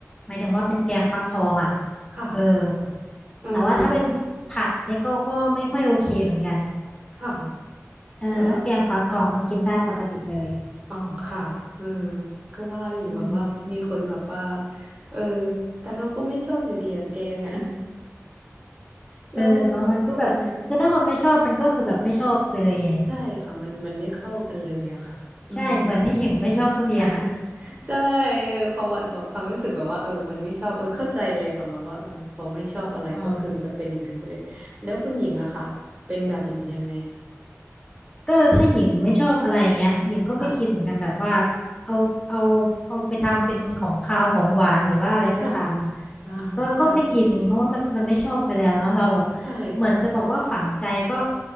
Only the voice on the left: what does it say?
หมายถึงว่าเป็นแกงฟักทองอ่ะ
เออ
แต่ว่าถ้าเป็นผัดเนี่ยก็ก็ไม่ค่อยโอเคเหมือนกัน
เออถ้าแกงฟักทองก็กินได้ปกติเลย
อืม
เออเนาะมันก็แบบคือถ้าคนไม่ชอบมันก็คือแบบไม่ชอบไปเลยไง
ใช่เหมือนที่หญิงไม่ชอบทุเรียนอ่ะ
อืมก็ถ้าหญิงไม่ชอบอะไรอย่างเงี้ยหญิงก็ไม่กินเหมือนกันแบบว่า
เอาเอาเอาไปทำเป็นของคาวของหวานหรือว่าอะไรก็ตาม
ก็ก็ไม่กินเพราะว่ามันมันไม่ชอบไปแล้วเนาะเราแบบ
เหมือนจะบอกว่าฝังใจก็